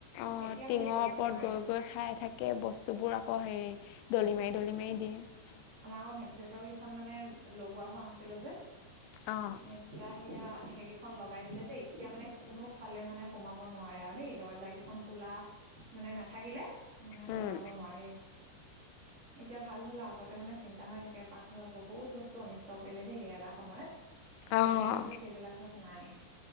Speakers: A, on the left (about 85°); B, on the right (about 40°).
A: অ
B: এতিয়া খালি
A: টিঙৰ
B: কৰিব
A: ওপৰত
B: নোৱাৰে
A: গৈ গৈ খাই থাকে বস্তু। বস্তু বোৰ আকৌ সেই দলিমাৰি দলিমাৰি দিয়ে
B: আমাৰ আকৌ ভেন্টিলেটৰ কেইখন মানে লগোৱা হোৱা নাছিলে যে
A: অ',
B: এতিয়া সেয়া সেইকেইখন লগাই দিলে যে এতিয়া মানে কোনো ফালে মানে সোমাব নোৱাৰে আৰু দেই দৰ্জা কেইখন খোলা মানে নাথাকিলে মানে
A: উম,
B: সোমাব নোৱাৰি এতিয়া ভাল হল আগত মানে চিন্তা হৈ থাকে পাকঘৰত বহুত বস্তু অনিষ্ট কৰিলে দেই এটা সময়ত।
A: অ',
B: এতিয়া কিন্তু সেইবিলাকত নাই